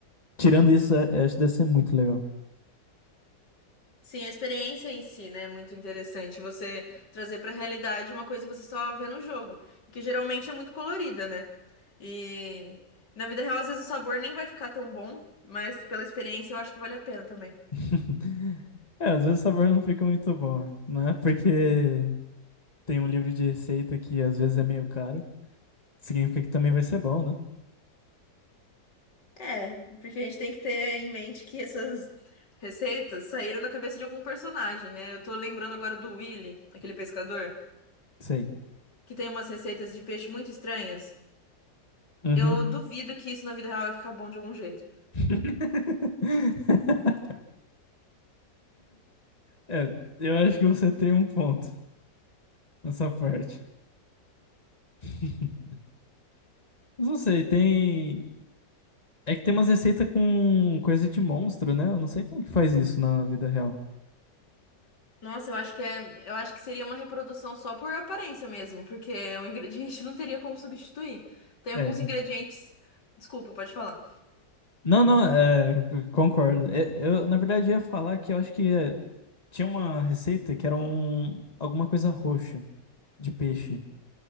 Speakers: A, on the left; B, on the left.
A: tirando isso, é- acho que deve ser muito legal.
B: Sim, a experiência em si, né, é muito interessante você trazer pra realidade uma coisa que você só vê no jogo, e que geralmente é muito colorida, né? E na vida real, às vezes o sabor nem vai ficar tão bom, mas pela experiência eu acho que vale a pena também.
A: <laughs> É, às vezes o sabor não fica muito bom, né? Porque tem um livro de receita que às vezes é meio caro, significa que também vai ser bom, né?
B: É, porque a gente tem que ter em mente que essas receitas saíram da cabeça de algum personagem, né? Eu tô lembrando agora do Willy, aquele pescador,
A: Sei.
B: que tem umas receitas de peixe muito estranhas.
A: Uhum.
B: Eu duvido que isso na vida real vai ficar bom de algum jeito.
A: <laughs> É, eu acho que você tem um ponto nessa parte. <laughs> Mas não sei, tem. É que tem umas receitas com coisa de monstro, né? Eu não sei como que faz isso na vida real.
B: Nossa, eu acho que é, eu acho que seria uma reprodução só por aparência mesmo, porque o ingrediente <laughs> não teria como substituir. Tem alguns
A: É.
B: ingredientes. Desculpa, pode falar.
A: Não, não, é, concordo. É, eu, na verdade, ia falar que eu acho que é, tinha uma receita que era um, alguma coisa roxa de peixe.